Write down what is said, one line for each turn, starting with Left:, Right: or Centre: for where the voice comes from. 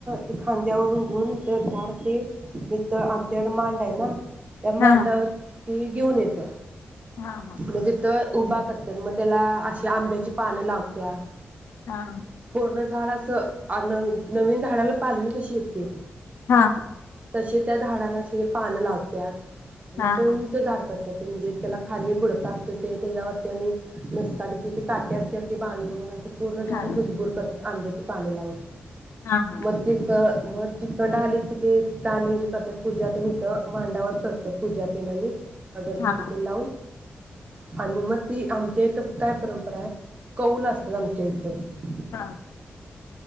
Right: ते खांद्यावरून घेऊन इथ झाडं ते इथ आमच्याकड मांड आहे ना त्या मांडावर
Left: हा हा
Right: ती घेऊन येत
Left: हा हा
Right: मग तिथं उभा करतात मग त्याला अशी आंब्याची पान लावत्यात.
Left: हा
Right: पूर्ण झाड च आण नवीन झाडं झाडाला पालवी कशी येते?
Left: हा
Right: तसे त्या झाडाला असे पानं लावत्यात. आणि
Left: हा
Right: असं
Left: हा
Right: उंच
Left: हा
Right: झाडतात ते म्हणजे त्याला खाली बुडका असतो ते त्याच्यावरती आणि लसकाडीची ती काटी असते ती बांधून असं पूर्ण झाड
Left: हा
Right: भुरभुर करतय आंब्याची पानं लावून
Left: हा हा
Right: मग ते मग तिकडून आली कि तिथं आणि हे करतात पूजा ते इथं मांडावर करतात पूजा ते आणि अगरबत्ती
Left: हा
Right: तेन लावून आणि मग ती आमच्या इथं काय परंपरा आहे कौल असतात आमच्या इथंच
Left: हा